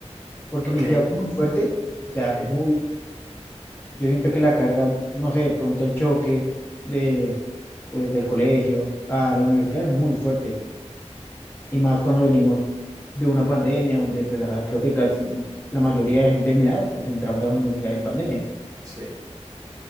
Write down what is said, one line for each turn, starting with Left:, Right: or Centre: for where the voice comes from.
Left: porque
Right: Ok,
Left: inicia muy fuerte, o sea,
Right: ok,
Left: muy... Yo siento que la carga, no sé, de pronto el choque de, pues, del colegio a la universidad es muy fuerte, y más cuando venimos de una pandemia, donde pues, ajá, creo que casi la mayoría de gente de mi edad, pues entramos a la universidad en pandemia.
Right: sí.